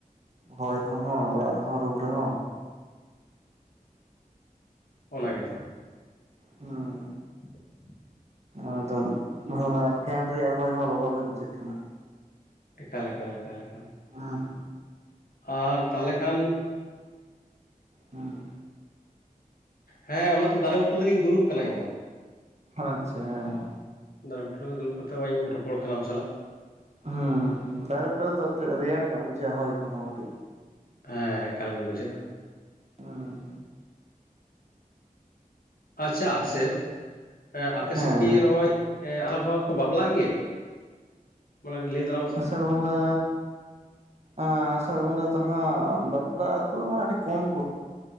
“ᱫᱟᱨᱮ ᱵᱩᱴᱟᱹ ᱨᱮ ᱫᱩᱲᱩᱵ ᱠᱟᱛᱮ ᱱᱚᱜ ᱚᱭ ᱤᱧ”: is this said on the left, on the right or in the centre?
Left